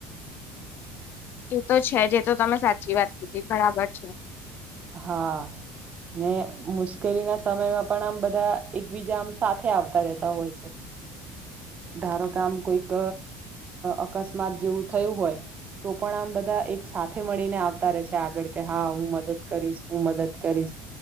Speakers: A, on the left (about 45°); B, on the right (about 30°).
A: એ તો છે જે તો તમે સાચી વાત કીધી બરાબર છે
B: હા અને મુશ્કેલીના સમયમાં પણ આમ બધા એકબીજા આમ સાથે આવતા રહેતા હોય છે ધારો કામ કોઈક અકસ્માત જેવું થયું હોય તો પણ આમ બધા એક સાથે મળીને આવતા રહેશે આગળ કે હા હું મદદ કરીશ હું મદદ કરીશ